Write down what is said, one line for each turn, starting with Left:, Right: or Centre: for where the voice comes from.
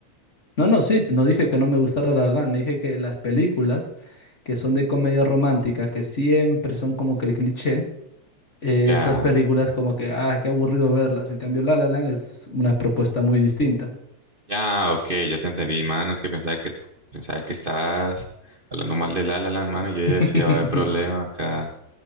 Left: No, no, sí, no dije que no me gustara La La Land, me dije que las películas que son de comedia romántica, que siempre son como que el cliché, eh,
Right: Ya,
Left: esas películas como que, ah, qué aburrido verlas. En cambio, La La Land es una propuesta muy distinta.
Right: ya, ok, ya te entendí, mano. Es que pensaba que, pensaba que estabas hablando mal de La La Land, mano, y yo ya
Left: <laughs>
Right: decía, va a haber problema acá.